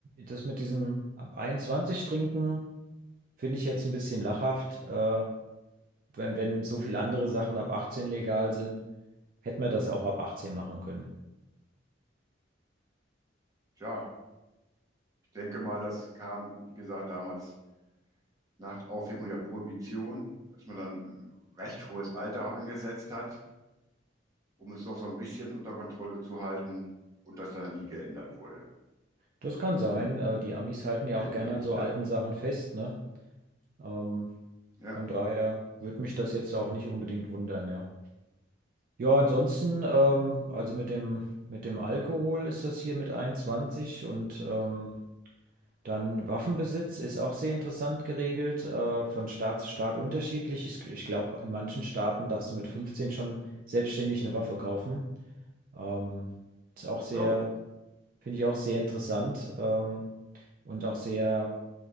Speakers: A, on the right; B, on the right.
A: das mit diesem ab 21 trinken. Finde ich jetzt ein bisschen lachhaft. Äh, wenn, wenn so viele andere Sachen ab 18 legal sind, hätten wir das auch ab 18 machen können.
B: tja, ich denke mal, das kam, wie gesagt, damals nach Aufhebung der Prohibition, dass man dann ein recht hohes Alter angesetzt hat, um es doch so ein bisschen unter Kontrolle zu halten und das dann nie geändert wurde,
A: Das kann sein. Äh, die Amis halten ja
B: denke
A: auch gerne
B: ich,
A: an so
B: ja.
A: alten Sachen fest, ne? Ähm,
B: Ja,
A: von daher würde mich das jetzt auch nicht unbedingt wundern, ja. Ja, ansonsten, ähm, also mit dem, mit dem Alkohol ist das hier mit 21 und ähm, Dann Waffenbesitz ist auch sehr interessant geregelt, äh, von Staat zu Staat unterschiedlich. Ich, ich glaube, in manchen Staaten darfst du mit 15 schon selbstständig eine Waffe kaufen. Ähm, ist auch sehr,
B: oh,
A: finde ich auch sehr interessant, ähm, und auch sehr,